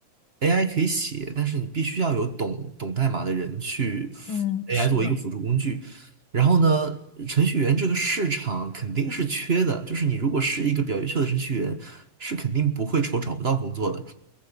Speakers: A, on the right; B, on the left.
A: ，AI 可以写，但是你必须要有懂懂代码的人去
B: 嗯，
A: AI
B: 是的，
A: 作为一个辅助工具。然后呢，程序员这个市场肯定是缺的，就是你如果是一个比较优秀的程序员，是肯定不会愁找不到工作的。